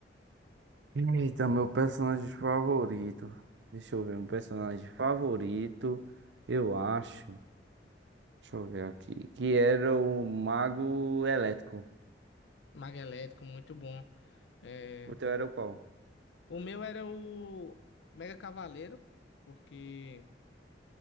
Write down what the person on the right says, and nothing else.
Eita, meu personagem favorito. Deixa eu ver, um personagem favorito, eu acho. Deixa eu ver aqui. Que era o Mago Elétrico.
O teu era o qual?